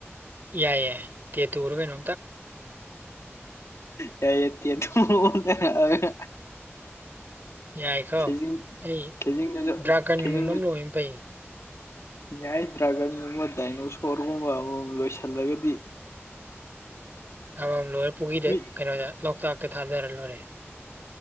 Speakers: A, on the right; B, on the left.
A: ꯌꯥꯏ ꯌꯥꯏ ꯇꯦꯇꯨ ꯎꯔꯒꯅꯣ
B: ꯀ ꯇꯦꯇꯨ ꯑꯃꯥ ꯍꯛꯑꯒꯥ
A: ꯌꯥꯏꯀꯣ
B: ꯀꯖꯤ
A: ꯑꯩ
B: ꯀꯦꯖꯤꯡ ꯅꯖ
A: ꯗ꯭ꯔꯥꯒꯟꯒꯨꯝꯕ
B: ꯀꯦꯖꯤ
A: ꯑꯃ ꯂꯣꯏꯕꯅ ꯐꯩ
B: ꯌꯥꯏ ꯗ꯭ꯔꯥꯒꯟꯒꯨꯝꯕ ꯗꯥꯏꯅꯣꯁꯣꯔꯒꯨꯝꯕ ꯑꯃꯃꯝ ꯂꯣꯏꯁꯤꯜꯂꯒꯗꯤ
A: ꯑꯗꯨ ꯂ ꯄꯨꯒꯤꯗ
B: ꯃꯤ
A: ꯀꯩꯅꯣꯗ ꯂꯣꯛꯇꯥꯛꯇ ꯊꯥꯗꯔ ꯂꯣꯏꯔꯦ